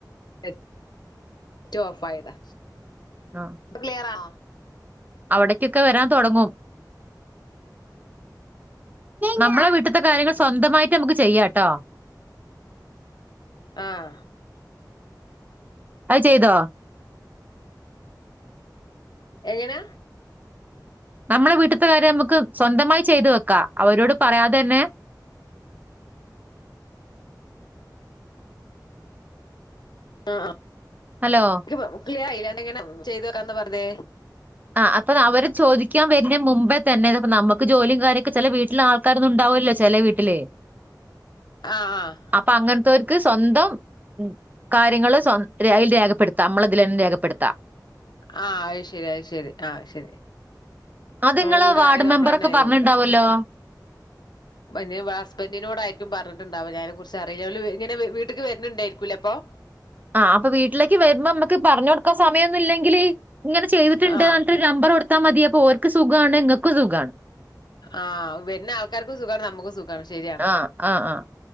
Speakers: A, on the left; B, on the right.
A: നെറ്റ് റ്റ് ഓഫായ താ
B: ആഹ്
A: ഇപ്പ ക്ളിയറാണൊ
B: അവിടയ്ക്ക് ക്കെ വരാൻ തൊടങ്ങും നമ്മളെ വീട്ട്ത്തെ കാര്യങ്ങള് സ്വന്തമായിട്ട് ഞമ്മക്ക് ചെയ്യാട്ടൊ
A: ആഹ്
B: അഹ് ചെയ്തോ
A: എങ്ങനാ
B: നമ്മളെ വീട്ട്ത്തെ കാര്യം ഞമ്മക്ക് സ്വന്തമായി ചെയ്ത് വെക്കാ. അവരോട് പറയാതെന്നെ
A: ആഹ്
B: ഹലോ
A: ക്ക് ക്ലിയറായ്ല എന്ത എങ്ങന ചെയ്ത് വെക്കാന്ന പറ്ഞ്ഞെ
B: ആഹ് അപ്പത് അവര് ചോദിക്കാൻ വര്നെ മുമ്പെ തന്നെ ത്പ്പം നമ്മക്ക് ജോലീം കാര്യക്കെ ചെല വീ ട്ട്‌ല് ആൾക്കാരൊന്നുംണ്ടാവൂല ല്ലേ ചെലേ വീട്ടില്
A: ആഹ് ആഹ്
B: അപ്പം അങ്ങൻത്തോർക്ക് സ്വന്തം കാര്യങ്ങൾ സ്വം രേ അയ്ല് രേഖപ്പെടുത്താം മ്മളതിലന്നെ രേഖപ്പെടുത്താം
A: ആ അഹ്ശരി അഹ്ശരി ആ ശെരി
B: അത്
A: നമ്മളെ
B: ഇങ്ങള്
A: വീട്കാരെ
B: വാർഡ്
A: നമ്മളെന്നെ
B: മെമ്പറൊക്കെ
A: എഴ്തി
B: പറഞ്ഞിട്ടുണ്ടാവുമല്ലോ.
A: കൊടുക്കാ പ്പന് വാ ഹസ്ബന്ഡിനോടായിരിക്കും പറഞ്ഞിട്ടുണ്ടാവലെ അയ്നെ കുറിച്ചറിണോല് ഇങ്ങനെ വ് വീട്ട്ക്ക് വര്ന് ണ്ടേരിക്കൂലേ അപ്പം
B: ആഹ് അപ്പം വീട്ടിലേക്ക് വരുമ്പം മ്മക്ക് പറഞ്ഞൊടുക്കാൻ സമയൊന്നുല്ലെങ്കില് ഇങ്ങനെ ചെയ്ത്ട്ട്ണ്ട്
A: ആഹ്
B: ന്നറ്ഞ്ഞ്ട്ട് ര് നമ്പറൊടുത്താ മതി അപ്പോ ഓര്ക്ക് സുഖാണ് ങ്ങക്കും സുഖാണ്
A: ആഹ് വരുന്ന ആൾക്കാർക്കും സുഖാണ് നമ്മക്കും സുഖാണ് ശരിയാണ്
B: ആഹ് അ ആഹ്